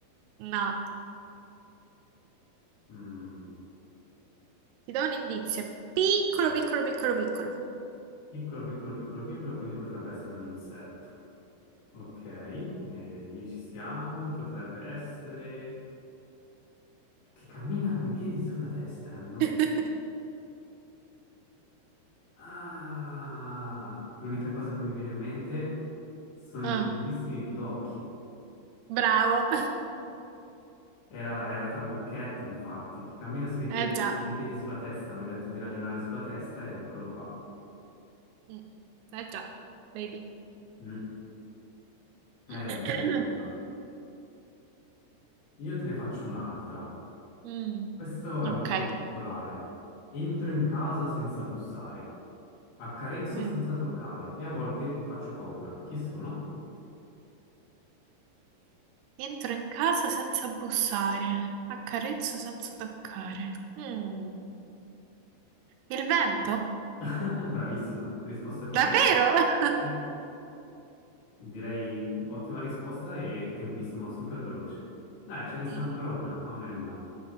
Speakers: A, on the right; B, on the left.
A: No.
B: Mm,
A: Ti do un indizio. Piccolo,
B: vai.
A: piccolo, piccolo, piccolo.
B: Piccolo, piccolo, piccolo, piccolo, quindi potrebbe essere un insetto. Ok, eh, lì ci siamo. Potrebbe essere che cammina con i piedi sulla testa. È un, do-
A: <laughs>
B: Ah, l'unica cosa che mi viene in mente sono
A: Mm,
B: i famosissimi pidocchi.
A: bravo.
B: Era, era Trabocchetto, infatti, che cammina sui piedi,
A: Eh già.
B: sui piedi sulla testa. Mi ha detto di ragionare sulla testa ed eccolo qua.
A: Mm, Eh già. Vedi.
B: Mm. Eh,
A: <coughs>
B: allora, io te ne faccio un'altra.
A: <clears throat>
B: Questo
A: Mm,
B: è un
A: ok.
B: po' particolare. Entro in casa senza bussare, accarezzo
A: Mm.
B: senza toccare e a volte faccio paura. Chi sono?
A: Entro in casa senza bussare. Accarezzo senza toccare. Mm, Il vento?
B: <laughs> Bravissima, risposta corretta.
A: Davvero?
B: Sì.
A: <laughs>
B: Direi ottima risposta e tempismo super veloce. Dai, ce ne sta
A: Mm,
B: ancora
A: mm.
B: una, fammene una.